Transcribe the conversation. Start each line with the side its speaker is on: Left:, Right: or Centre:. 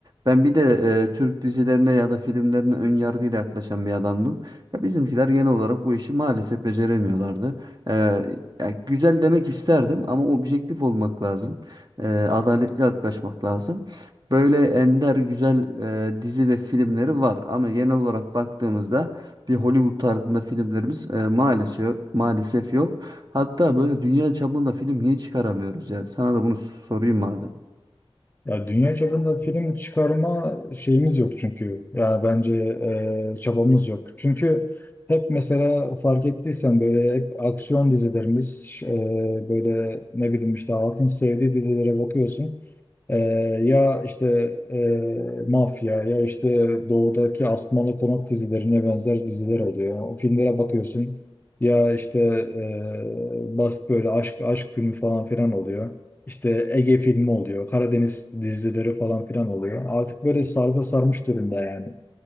Right: Ben bir de e, Türk dizilerine ya da filmlerine ön yargıyla yaklaşan bir adamdım. Ya bizimkiler genel olarak bu işi maalesef beceremiyorlardı. E, ya güzel demek isterdim ama objektif olmak lazım. E, adaletli yaklaşmak lazım. Böyle ender güzel e, dizi ve filmleri var ama genel olarak baktığımızda bir Hollywood tarzında filmlerimiz e, maalesef maalesef yok. Hatta böyle dünya çapında film niye çıkaramıyoruz ya? Sana da bunu sorayım madem.
Left: Ya dünya çapında film çıkarma şeyimiz yok çünkü. Yani bence e, çabamız yok. Çünkü hep mesela fark ettiysen böyle hep aksiyon dizilerimiz e, böyle ne bileyim işte halkın sevdiği dizilere bakıyorsun. E, ya işte e, mafya ya işte doğudaki Asmalı Konak dizilerine benzer diziler oluyor. O filmlere bakıyorsun ya işte e, basit böyle aşk aşk filmi falan filan oluyor. İşte Ege filmi oluyor, Karadeniz dizileri falan filan oluyor. Artık böyle sarpa sarmış durumda yani.